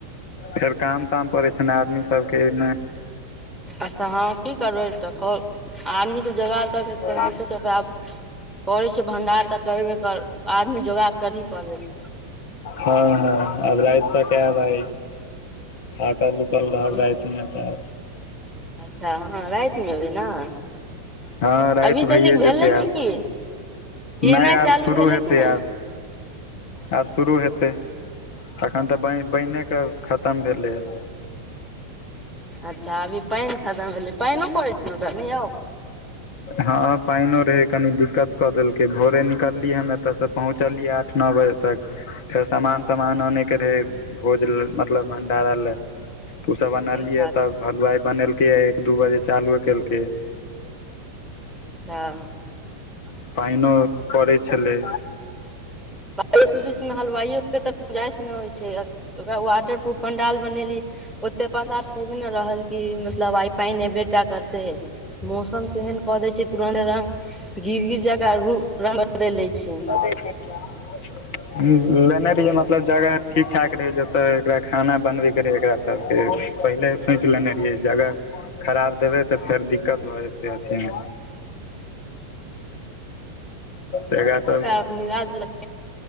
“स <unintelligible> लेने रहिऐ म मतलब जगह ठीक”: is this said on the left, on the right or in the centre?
Left